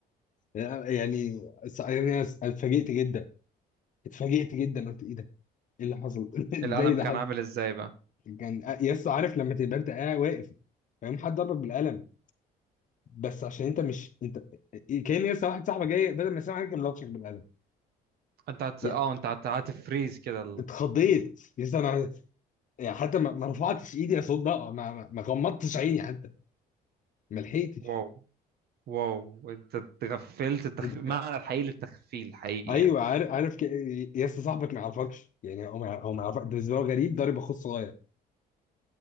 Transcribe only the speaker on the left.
يعني يعني اتفاجئت جدا اتفاجئت جدا قلت ايه ده؟ ايه اللي حصل؟ <laughs> ازاي
ده
كان يس عارف لما تبقى انت قاعد واقف فاهم حد ضربك بالقلم بس عشان انت مش انت كان يس واحد صاحبك جاي بدل ما يسلم عليك كان لطشك بالقلم
يا
اتخضيت يس انا يعني حتى ما ما رفعتش ايدي اصد ده، ما ما ما غمضتش عيني حتى ما لحقتش
ات-
ايوه
عارف عارف ك... يس صاحبك ما يعرفكش يعني هو ما هو ما يعرفك ده بالنسبه له غريب ضارب اخوه الصغير